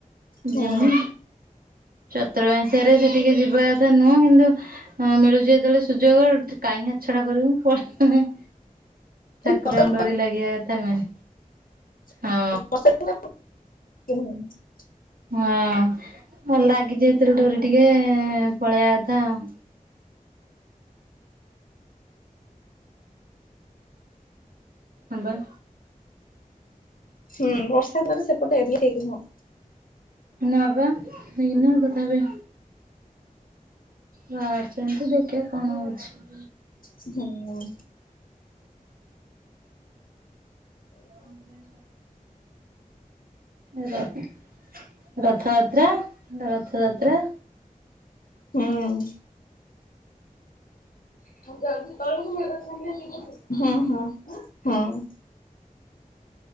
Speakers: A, on the right; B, on the left.
A: ଯିମି
B: ହୁଁ
A: ଚତୁର୍ମାସ୍ୟାରେ ସେଠିକି ଯିବା କଥା ନୁହଁ କିନ୍ତୁ ହଁ ମିଳୁଚି ଯେତେବେଳେ ସୁଯୋଗ କାହିଁକି ହାତଛଡା କରିବୁ ପଲେଇବୁ। ଠାକୁରଙ୍କ
B: ହୁଁ
A: ଡୋରି ଲାଗିବା କଥା ମେନ୍।
B: <unintelligible>
A: ହଁ ହଁ ହଁ ଲାଗିଚି ଯେତେବେଳେ ଡୋରି ଟିକେ ପଳେଇବା କଥା ଆଉ। ହଁ ବା।
B: ହୁଁ ବର୍ଷା ଦ୍ୱାରା ସେପଟେ ଏରିଆ ଠିକି ନୁହଁ।
A: ନା ବା ଠିକ୍ ନୁହଁ ତଥାବି ବାହାରିଚନ୍ତି ଦେଖିବା କଣ ହଉଚି।
B: ହୁଁ ଉ।
A: ବ <inaudible> ହୁଁ ରଥ୍ ରଥଯାତ୍ରା। ରଥଯାତ୍ରା।
B: ହୁଁ। ହୁଁ ହୁଁ ହୁଁ।